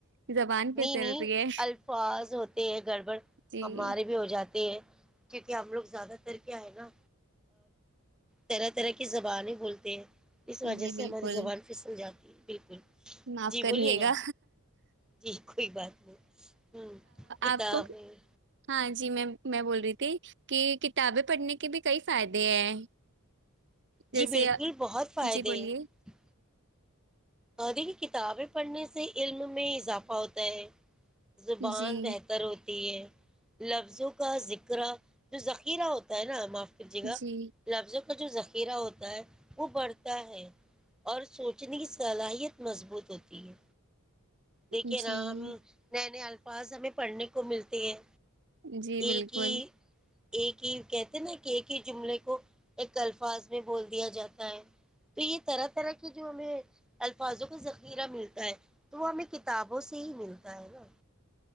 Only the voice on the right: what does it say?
زبان پہ
چل
رہی ہے
جی
جی
بالکل
معاف
کریے
گا
آپ کو ہاں جی میں میں بول رہی تھی کہ کتابیں پڑھنے کے بھی کئی فائدے ہیں
جیسے
جی بولیے
جی
جی
جی
جی
بالکل